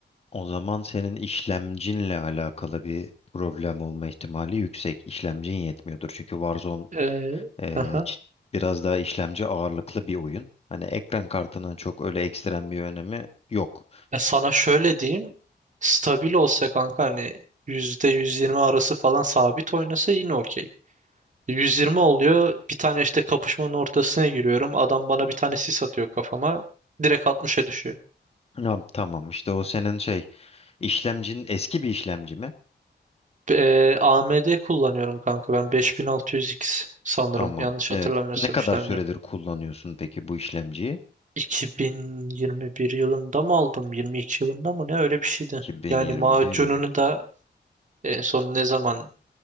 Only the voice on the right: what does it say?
Ee,
aha.
Ya sana şöyle diyeyim stabil olsa kanka hani %120 arası falan sabit oynasa yine okey. 120 oluyor. Bir tane işte kapışmanın ortasına giriyorum. Adam bana bir tane sis atıyor kafama. Direkt 60'a düşüyor.
Ee, AMD kullanıyorum kanka ben 5600X sanırım.
Yanlış
hatırlamıyorsam
işlemci.
2021 yılında mı aldım? 22 yılında mı? Ne öyle bir şeydi.
Yani macununu da en son ne zaman